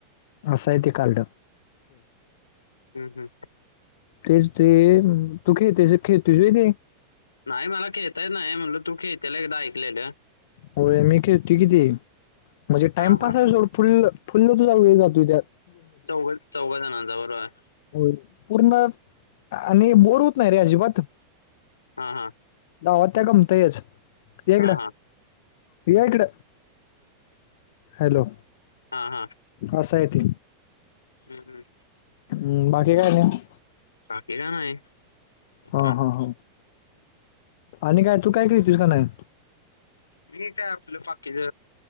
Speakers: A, on the left; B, on the left.
A: अस आहे ते कार्ड.
B: हम्म हम्म
A: तेच ते, तू खेळतोस खेळतोस व्हय ते.
B: नाही मला खेळता येत नाही. म्हटल तू खेळतेल एकदा ऐकलेल.
A: हो मी खेळतोय कि ते. म्हणजे टाइमपास
B: हा हा
A: आहे सोड. फुल फुल तुझा वेळ जातोय त्यात.
B: चौघच्या चौघ जणांच बरोबर आहे.
A: हो पूर्ण, आणि बोर होत नाही रे अजिबात.
B: हा हा
A: गावात या गमतयच. ये इकड.
B: हा हा
A: ये इकड. हॅलो
B: हा हा
A: अस आहे ते.
B: हम्म हम्म
A: हम्म, बाकी काय नाही.
B: बाकी काही नाही.
A: हा
B: माणूस-
A: हा हा आणि काय, तू काय खेळतीस का नाही?
B: मी काय आपल पाकीज,